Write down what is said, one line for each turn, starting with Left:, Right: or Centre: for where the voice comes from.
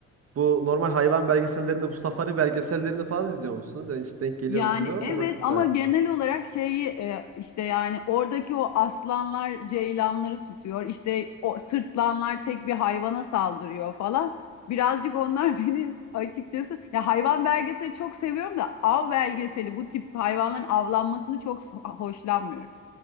Right: Bu normal hayvan belgesellerinde, bu safari belgesellerini falan izliyor musunuz? Yani hiç denk geliyor
Left: Yani
Right: mu bilmiyorum
Left: evet
Right: ama size.
Left: ama genel olarak şeyi e, işte yani oradaki o aslanlar ceylanları tutuyor. İşte o sırtlanlar tek bir hayvana saldırıyor falan. Birazcık onlar <laughs> benim açıkçası ya hayvan belgeseli çok seviyorum da av belgeseli bu tip hayvanların avlanmasını çok so- hoşlanmıyorum.